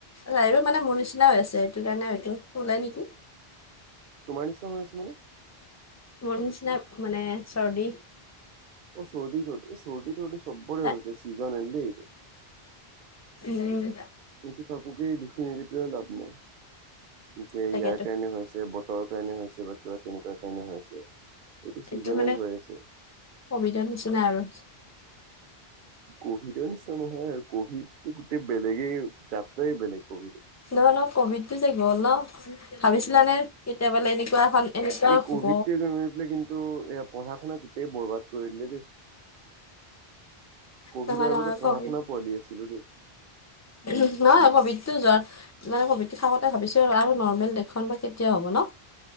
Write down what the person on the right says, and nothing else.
তোমাৰ নিচিনা হৈ আছে মানে?
অ চৰ্দি তৰ্দি, এই চৰ্দিটো সবৰে
হৈ গৈছে চিজন আহিল দেই এইটো।
এইটো কাকোকেই দুখী নিদি পেলাই লাভ নাই, যে
ইয়াৰ কাৰণে হৈছে বত তৰ কাৰণে হৈছে বা কিবা তেনেকুৱা কাৰণে হৈছে। চিজনেল
হৈ আছে
কভিদৰ নিচিনা নহয় আৰু। ক'ভিডটো গোটেই বেলেগেই, জাতটোৱেই বেলেগ ক'ভিডটো।
এই
কভিডটোৱে গৈ পেলাই কিন্তু এয়া পঢ়া শুনা গোটেই বৰবাত কৰি দিলে দেই। কভিডৰ
আগতে,
পঢ়া-শুনা
কৰি আছিলোঁ, দেই।